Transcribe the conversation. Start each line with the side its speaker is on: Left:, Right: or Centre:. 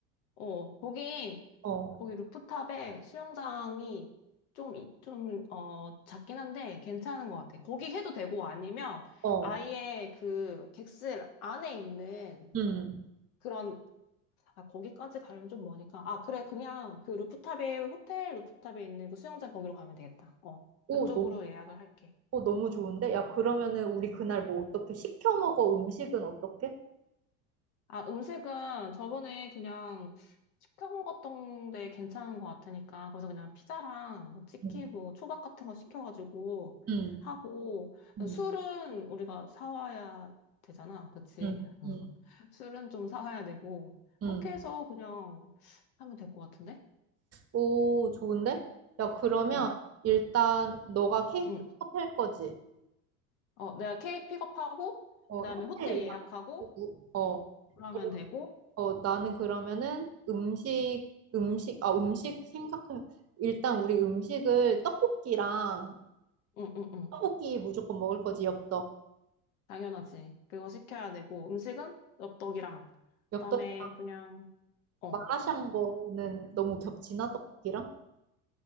Left: 어. 거기
Right: 어,
Left: 거기 루프탑에 수영장이 좀, 이- 좀, 어, 작긴 한데 괜찮은 것 같아. 거기 해도 되고 아니면
Right: 어,
Left: 아예 그 객실 안에 있는
Right: 음.
Left: 그런, 아, 거기까지 가려면 좀 머니까. 아, 그래. 그냥 그 루프탑에, 호텔 루프탑에 있는 그 수영장 거기로 가면 되겠다. 어.
Right: 오,
Left: 그쪽으로
Right: 너무,
Left: 예약을 할게.
Right: 어, 너무 좋은데? 야, 그러면은 우리 그날 뭐 어떻게 시켜 먹어? 음식은 어떻게?
Left: 아, 음식은 저번에 그냥 시켜 먹었던 데 괜찮은 것 같으니까, 거기서 그냥 피자랑 뭐 치킨,
Right: 음,
Left: 뭐 초밥 같은 거 시켜가지고
Right: 음,
Left: 하고,
Right: 음,
Left: 술은 우리가 사와야 되잖아. 그치?
Right: 음,
Left: <laughs>
Right: 음.
Left: 술은 좀 사와야 되고, 그렇게
Right: 음.
Left: 해서 그냥 하면 될 것 같은데?
Right: 오, 좋은데? 야, 그러면
Left: 응,
Right: 일단 너가 케이크
Left: 응.
Right: 컵할 거지?
Left: 어, 내가 케이크 픽업하고,
Right: 어,
Left: 그 다음에 호텔
Right: 호텔
Left: 예약하고,
Right: 어,
Left: 어, 그러면
Right: 그럼,
Left: 되고,
Right: 어, 나는 그러면은 음식, 음식, 아, 음식 생각해. 일단 우리 음식을 떡볶이랑
Left: 응, 응, 응.
Right: 떡볶이 무조건 먹을 거지, 엽떡.
Left: 당연하지. 그거 시켜야 되고, 음식은 엽떡이랑,
Right: 엽떡이랑
Left: 그다음에 그냥, 어,
Right: 마라샹궈는
Left: 그건
Right: 너무 겹치나, 떡볶이랑?